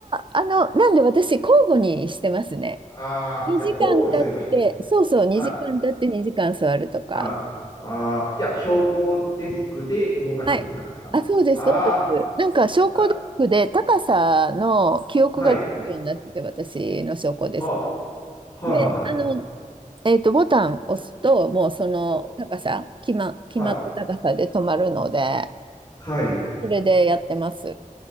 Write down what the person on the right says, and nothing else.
あの、なんで私交互にしてますね。
2時間経って、
そうそう、2時間経って2時間座るとか。
はい。あ、そうです、そうです。なんか、昇降デスクで高さの記憶ができるようになってて、
私の昇降デス
ク。で、あの、えっと、ボタン押すと、もうその高さ、
決ま、決まった高さで止まるので、
それでやってます。